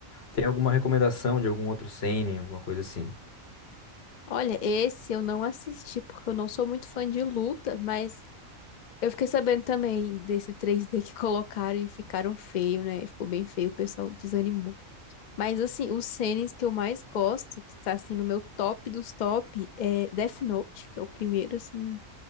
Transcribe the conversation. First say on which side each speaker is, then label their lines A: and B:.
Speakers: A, on the left (about 55°); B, on the left (about 80°).
A: tem alguma recomendação de algum outro seinen, alguma coisa assim.
B: Olha, esse eu não assisti porque eu não sou muito fã de luta, mas eu fiquei sabendo também desse três d que <laughs> colocaram e ficaram feio, né? Ficou bem feio, o pessoal desanimou. Mas assim, os series que eu mais gosto, que tá assim no meu top dos top, é Death Note, que é o primeiro, assim.